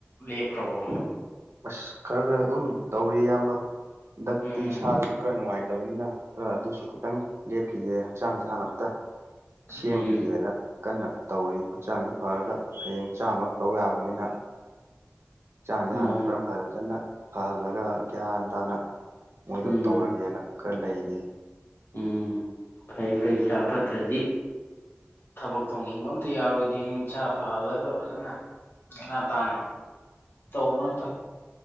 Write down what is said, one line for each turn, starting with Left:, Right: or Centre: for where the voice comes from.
Left: ꯂꯦꯞꯈ꯭ꯔꯕꯣ
Right: ꯑꯁ ꯈꯔ ꯈꯔ ꯑꯗꯨꯝ ꯇꯧꯔꯤ ꯏꯌꯥꯝꯕ ꯍꯟꯗꯛꯇꯤ
Left: ꯎꯝ
Right: ꯏꯁꯥꯁꯤꯁꯨ ꯈꯔ ꯅꯨꯡꯉꯥꯏꯇꯕꯅꯤꯅ ꯈꯔ ꯑꯗꯨꯁꯨ ꯈꯤꯇꯪ ꯂꯦꯞꯈꯤꯒꯦ ꯍꯛꯆꯥꯡꯁꯦ ꯍꯥꯟꯅ ꯑꯝꯇ ꯁꯦꯝꯈꯤꯒꯦꯅ
Left: ꯎꯝ
Right: ꯀꯟꯅ ꯇꯧꯔꯤ ꯍꯛꯆꯥꯡꯁꯤ ꯐꯔꯒ ꯍꯌꯦꯡ ꯆꯥꯝꯃꯔꯛ ꯇꯧ ꯌꯥꯕꯅꯤꯅ ꯍꯛꯆꯥꯡꯁꯤ ꯍꯟꯅ
Left: ꯃꯥꯅꯤ
Right: ꯈꯔ ꯐꯖꯅ ꯐꯍꯜꯂꯒ ꯒ꯭ꯌꯥꯟ ꯇꯥꯅ ꯃꯣꯏꯗꯣ
Left: ꯎꯝ
Right: ꯇꯧꯔꯒꯦꯅ ꯈꯔ ꯂꯩꯔꯤ
Left: ꯎꯝ ꯐꯩ ꯐꯩ ꯢꯁꯥ ꯐꯠꯇ꯭ꯔꯗꯤ ꯊꯕꯛ ꯇꯧꯅꯤꯡꯕ ꯑꯝꯇ ꯌꯥꯔꯣꯏꯗꯣꯏꯅꯤ ꯏꯁꯥ ꯐꯍꯜꯂꯒ ꯐꯖꯅ ꯅ‌ꯦꯅꯥ ꯇꯥꯅ ꯇꯧꯕꯅ ꯐꯩ